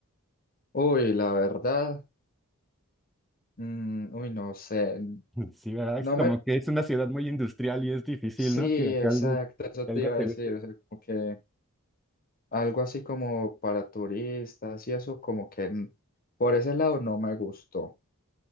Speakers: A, on the left; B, in the centre.
A: Uy, la verdad, mm, uy, no sé,
B: Sí, ¿verdad?
A: no
B: Es como
A: me,
B: que es una ciudad muy industrial y es difícil,
A: sí,
B: ¿no? Que,
A: exacto,
B: que algo,
A: eso
B: que
A: te
B: algo
A: iba
B: te
A: a decir,
B: guste.
A: o sea, como que algo así como para turistas y eso, como que n- por ese lado no me gustó.